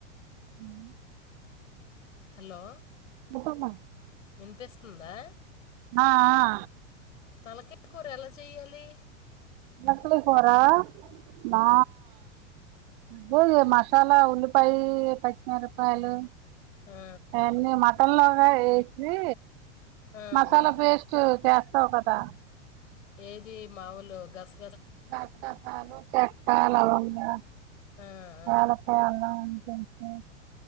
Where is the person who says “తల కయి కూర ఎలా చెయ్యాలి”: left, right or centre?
Left